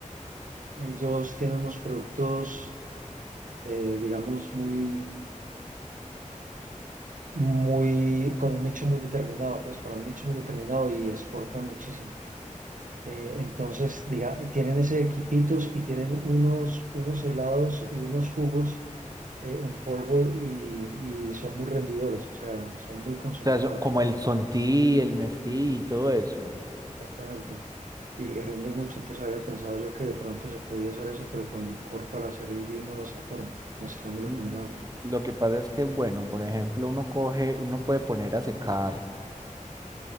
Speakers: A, on the right; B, on the right.
A: ellos tienen unos productos, eh, digamos, muy, muy, con un nicho muy determinado, pues para un nicho muy determinado y exportan muchísimo. Eh, entonces, diga, tienen ese quipitos y tienen unos, unos helados y unos jugos eh, en polvo y, y son muy rendidores, o sea, son muy concentrados,
B: sea, so- como el
A: pues,
B: Sonti, el Nestí y todo eso.
A: exactamente, y rinden mucho. Entonces había pensado yo que de pronto se podía hacer eso, pero con licor para hacer el vino de esa forma, mezclándolo
B: Mm,
A: con el agua. pues.
B: Lo que pasa es que, bueno, por ejemplo, uno coge, uno puede poner a secar,